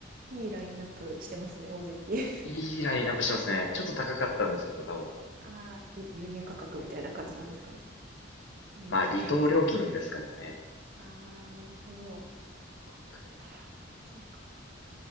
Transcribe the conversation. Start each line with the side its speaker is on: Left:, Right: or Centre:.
Right: い。いいラインナップしてますね、大関。
Left: いいラインナップしてますね。ちょっと高かったんですけど、多分。
Right: <laughs> ああ、ゆ輸入価格みたいな感じなんですかね。輸入じゃないですけど。
Left: まあ、離島料金ですからね。
Right: ああ、なるほど。
Left: 北海道
Right: あら、そうか。